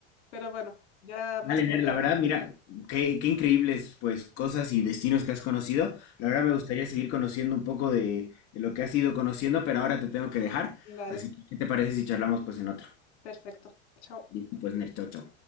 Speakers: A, on the left; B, on the left.
A: Pero bueno, ya
B: Vale,
A: más tarde
B: Ner, la
A: hablamos.
B: verdad, mira, qué, qué increíbles pues cosas y destinos que has conocido. La
A: Ujú.
B: verdad me gustaría seguir conociendo un poco de, de lo que has ido conociendo, pero ahora te tengo que dejar.
A: Vale,
B: Así que, ¿qué te parece si charlamos pues en otro?
A: perfecto. Chao.
B: Listo, pues Ner, chao, chao.